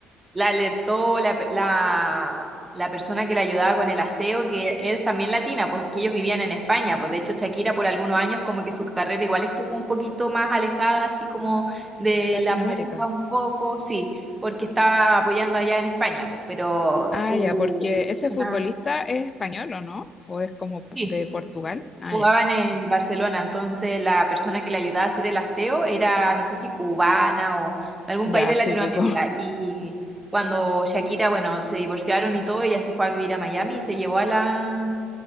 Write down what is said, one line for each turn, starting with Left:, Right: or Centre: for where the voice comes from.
Right: la alertó la, pe- la, la persona que la ayudaba con el aseo, que es también latina, porque ellos vivían en España. Pues de hecho, Shakira por algunos años como que su carrera igual estuvo un poquito más alejada, así como de
Left: de Latinoamérica.
Right: la música un poco, sí, porque estaba apoyando allá en España, pues, pero
Left: Ah,
Right: su...
Left: ya, porque ese futbolista
Right: Ah,
Left: es español, ¿o no? ¿O es como p-
Right: Sí,
Left: de Portugal? Ah,
Right: Jugaba
Left: ya,
Right: en el Barcelona, entonces la persona que le ayudaba a hacer el aseo era, no sé si cubana o de algún
Left: ya,
Right: país de Latinoamérica.
Left: típico. <laughs>
Right: Y cuando Shakira, bueno, se divorciaron y todo, ella se fue a vivir a Miami y se llevó a la,